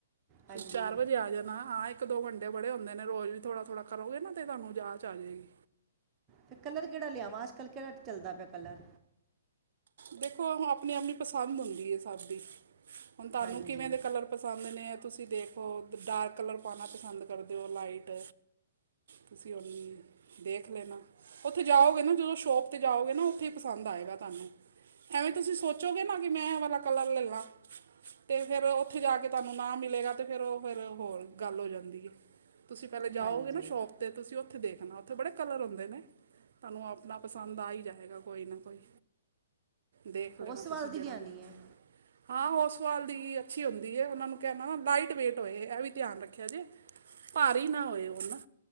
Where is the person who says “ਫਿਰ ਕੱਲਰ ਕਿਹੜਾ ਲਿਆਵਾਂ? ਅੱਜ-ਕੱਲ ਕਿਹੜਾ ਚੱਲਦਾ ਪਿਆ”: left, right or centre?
Right